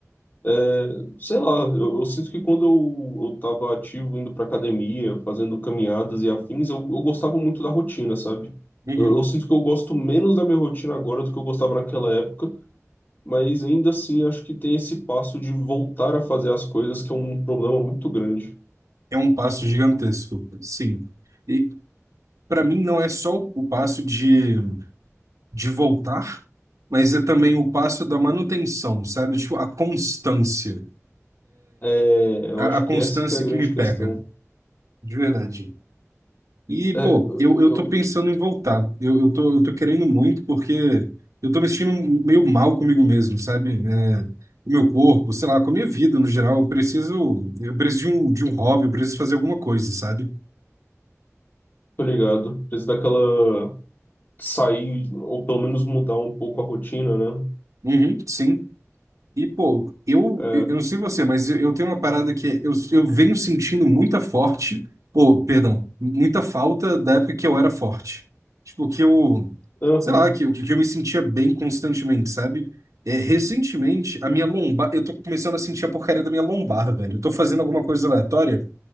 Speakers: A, on the left; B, on the right.
A: eh, sei lá, eu, eu sinto que quando eu, eu tava ativo, indo pra academia, fazendo caminhadas e afins, eu, eu gostava muito da rotina, sabe?
B: Uhum.
A: Eu, eu sinto que eu gosto menos da minha rotina agora do que eu gostava naquela época, mas ainda assim acho que tem esse passo de voltar a fazer as coisas que é um problema muito grande.
B: É um passo gigantesco, sim. E, para mim não é só o o passo de, de voltar, mas é também o passo da manutenção, sabe? Tipo, a constância.
A: É, eu
B: A,
A: acho
B: a constância
A: que essa que é a grande
B: que me pega,
A: questão.
B: de verdade. E,
A: É,
B: pô,
A: eu,
B: eu, eu
A: eu
B: tô pensando em voltar. Eu, eu tô, eu tô querendo muito porque eu tô me sentindo meio mal comigo mesmo, sabe? É, o meu corpo, sei lá, com a minha vida no geral, eu preciso, eu preciso de um, de um hobby, eu preciso fazer alguma coisa, sabe?
A: tô ligado. Preciso daquela sair, ou pelo menos mudar um pouco a rotina, né?
B: Uhum, sim. E, pô, eu,
A: É,
B: eu eu não sei você, mas eu, eu tenho uma parada que é, eu, eu venho sentindo muita forte, pô, perdão, muita falta da época que eu era forte. Tipo, que eu,
A: aham.
B: sei lá, que, eu- que eu me sentia bem constantemente, sabe? É, recentemente, a minha lombar, eu tô começando a sentir a porcaria da minha lombar, velho. Eu tô fazendo alguma coisa aleatória